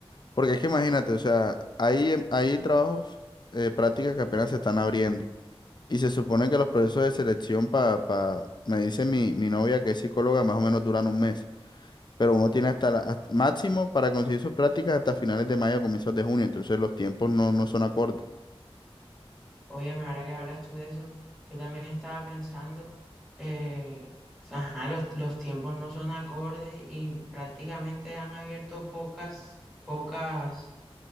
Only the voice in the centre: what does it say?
Oye, ahora que hablas tú de eso, yo también estaba pensando, eh, ajá, los, los tiempos no son acordes y prácticamente han abierto pocas, pocas.